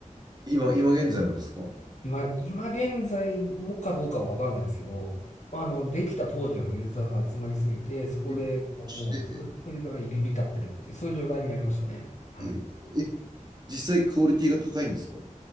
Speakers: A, on the right; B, on the left.
A: 今、今現在もですか
B: 今、今現在もかどうかはわからないですけど、まあ、あの、できた当時はユーザーが集まりすぎて、そこでこうもうずっとユーザーが入り浸ってるっていう、
A: え、して
B: そういう状態になりましたね。はい。
A: え、え実際クオリティが高いんですか